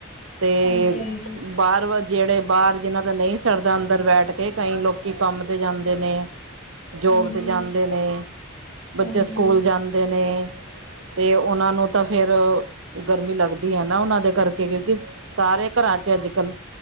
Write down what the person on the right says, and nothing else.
ਤੇ
ਬਾਹਰ ਵਾ ਜਿਹੜੇ ਬਾਹਰ ਜਿਹਨਾਂ ਦਾ ਨਹੀਂ ਸਕਦਾ ਅੰਦਰ ਬੈਠ ਕੇ ਕਈ ਲੋਕ ਕੰਮ ਤੇ ਜਾਂਦੇ ਨੇ
ਜੋਬ ਤੇ ਜਾਂਦੇ
ਨੇ ਬੱਚੇ
ਸਕੂਲ ਜਾਂਦੇ ਨੇ ਅਤੇ ਉਹਨਾਂ ਨੂੰ ਤਾਂ ਫੇਰ ਗਰਮੀ ਲੱਗਦੀ ਹੈ ਨਾ ਉਹਨਾਂ ਦੇ ਕਰਕੇ ਕਿਉਂਕਿ ਸਾਰੇ ਘਰਾਂ ਚ ਅੱਜ ਕੱਲ